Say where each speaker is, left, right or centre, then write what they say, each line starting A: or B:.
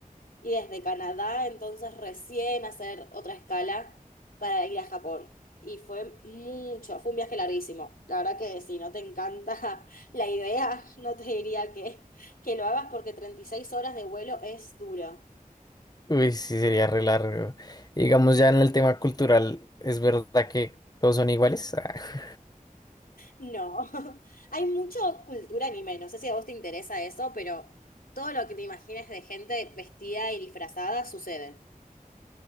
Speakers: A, on the left (about 80°); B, on the left (about 25°).
A: y desde Canadá entonces recién hacer otra escala para ir a Japón. Y fue mucho, fue un viaje larguísimo. La verdad que si no te encanta <laughs> la idea, no te diría que, que lo hagas porque 36 horas de vuelo es duro.
B: Uy, sí, sería re largo. Digamos ya en el tema cultural, ¿es verdad que todos son iguales? <laughs>
A: No, <laughs> hay mucha cultura anime, no sé si a vos te interesa eso, pero todo lo que te imagines de gente vestida y disfrazada sucede.